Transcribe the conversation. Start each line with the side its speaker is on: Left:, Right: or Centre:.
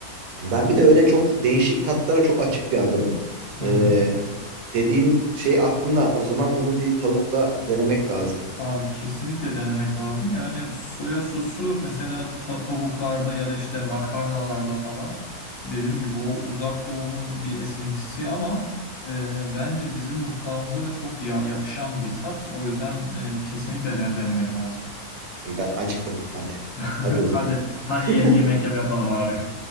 Right: ben bir de öyle çok değişik tatlara çok açık bir adamım.
Left: Hı
Right: Ee,
Left: hı.
Right: dediğin şey aklımda. O zaman onu bir tavukla denemek lazım.
Left: Abi kesinlikle denemek lazım. Yani soya sosu mesela ta- tavuklarda ya da işte makarnalarda falan dediğim gibi o uzak doğunun bir esintisi ama e, bence bizim mutfağımıza da çok ya- yakışan bir tat. O yüzden e, kesinlikle de- denemek lazım.
Right: Ben acıktım. Hadi.
Left: <laughs>
Right: Hadi o zaman.
Left: Hadi hadi
Right: <laughs>
Left: ye- yemek yap- yapalım abi.